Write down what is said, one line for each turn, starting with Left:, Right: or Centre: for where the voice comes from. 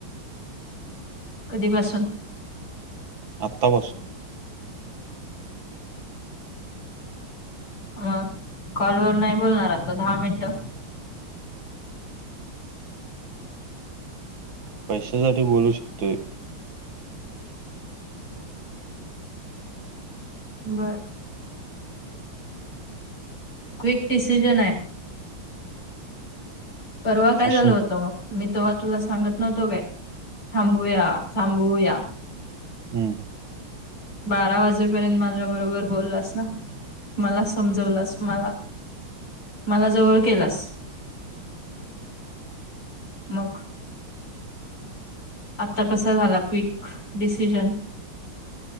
Left: कधीपासून
Right: आत्ता पा सून
Left: मग कॉलवरर नाही बोलणार आता दहा मिनटं
Right: पैशासाठी बोलू शकतोय
Left: बर क्विक डिसिजन आहे परवा काय
Right: असून
Left: झालं होतं मग मी ते्हा तुला सांगत नव्हतो काय थांबूया थांबवया
Right: हम्म
Left: बारा वाजेपर्यंत माझ्या बरोबर बोललास ना मला समजवलास मला मला जवळ केलास मग आता कसा झाला क्विक डिसिजन